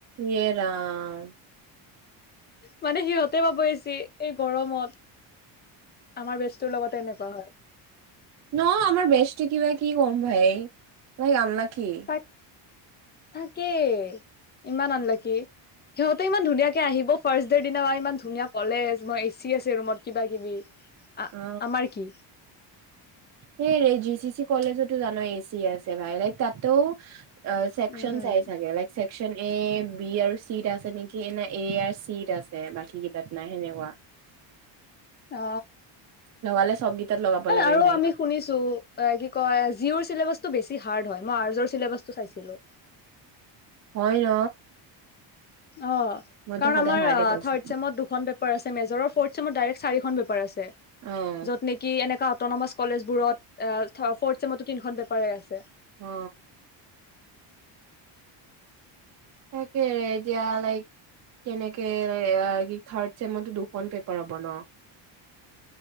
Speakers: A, on the right (about 40°); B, on the left (about 20°).
A: ই এ ৰাম।
B: মানে সিহঁতে পাব এচি এই গৰমত। আমাৰ বেষ্টৰ লগতে এনেকুৱা হ'ল।
A: নহয়, আমাৰ বেষ্টতো কিবা- কিবি কম হয়। ই আনলাকি।
B: থাক, তাকেই ইমান আনলাকি। সিহঁতে ইমান ধুনীয়াকে আহিব ফাৰ্ষ্ট -ডে দিনা ইমান ধুনীয়া কলেজ বা এচি আছে ৰুমত কিবা- কিবি।
A: অ।
B: আমাৰ কি
A: হেইৰে জি চি চি কলেজতো জানো এ চি আছে ভাই লাইক তাতোও। চেকশন
B: উম
A: চাই চাগে লাই। চেকশচন এ বি আৰু চিট আছে নেকি ন এ আৰ চিট আছে। বাকীকেইটাত নাই সেনেকুৱা।
B: অ।
A: লগালে চবগীতাত লগাব লাগে
B: আৰু
A: ভাই।
B: আমি শুনিছো এ কি কয় জিৰ চিলেবাচটো বেছি হাৰ্ড হয়, মই আৰ চিলেবাচটো চাইছিলোঁ।
A: হয় ন।
B: অ,
A: মইতো
B: কাৰণ
A: সদায়
B: আমাৰ
A: হাৰ্ডে পাইছো
B: থাৰ্ড চেমত দুখন পে। পেপাৰ মেজৰ ফ্ৰড চেমৰ দাৰেক চাৰিখন পেপাৰ আছে।
A: অ',
B: য'ত নেকি এনেকা অতনমচ। কলেজবোৰত ফৰ্থ চছেমতো তিনিখন পেপাৰে আছে।
A: অ। তাকে এতিয়া লাইক কেনেকে। ত কি থাৰ্ড চেমতো দুখন পেপাৰ হ'ব ন।